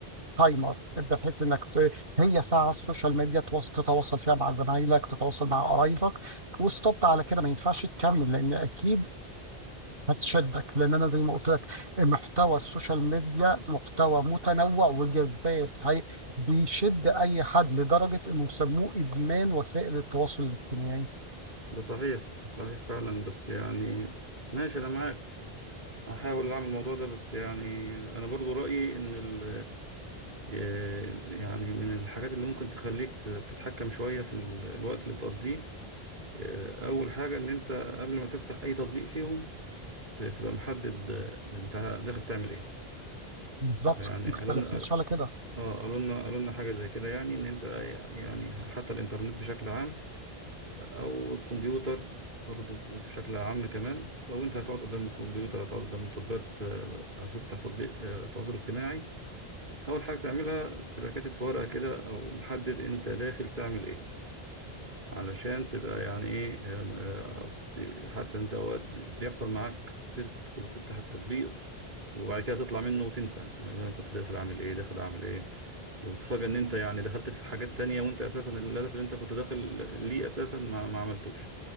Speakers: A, on the right; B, on the right.
A: تايمر بحيث انك ت- هي ساعه على السوشيال ميديا توص- تتواصل فيها مع زمايلك تتواصل مع قرايبك وستوب على كده ما ينفعش تكمل لان اكيد هتشدك لان انا زي ما قلت لك محتوى السوشيال ميديا محتوى متنوع وجذاب هي بيشد اي حد لدرجه انه سموه ادمان وسائل التواصل الاجتماعي
B: ده صحيح صحيح فعلا بس يعني ماشي انا معاك هحاول اعمل الموضوع ده بس يعني انا برضو رأيي ان ال آه، يعني من الحاجات اللي ممكن تخليك تتحكم شوية في ال- الوقت اللي بتقضيه آه، اول حاجة ان انت قبل ما تفتح اي تطبيق فيهم ت- تبقى محدد آه، انت داخل تعمل ايه
A: بالظبط
B: يعني
A: ما اختلفناش
B: قالوا لنا اه
A: على كده
B: آه، قالوا لنا قالوا لنا حاجة زي كده يعني ان انت يعني حتى الانترنت بشكل عام او الكمبيوتر برضو بشكل عام كمان لو انت هتقعد قدام الكمبيوتر هتقعد قدام تطبيقات آه، هتفتح تطبيق آه، تواصل اجتماعي اول حاجه تعملها تبقى كاتب في ورقه كده او محدد انت داخل تعمل ايه علشان تبقى يعني ايه آه، آه، حتى انت اوقات بيحصل معاك تدخل تفتح التطبيق وبعد كده تطلع منه وتنسى انا كنت داخل اعمل ايه داخل اعمل ايه وتتفاجأ ان انت يعني دخلت في حاجات تانية وانت اساسا الهدف اللي انت كنت داخل ليه اساسا ما ما عملتوش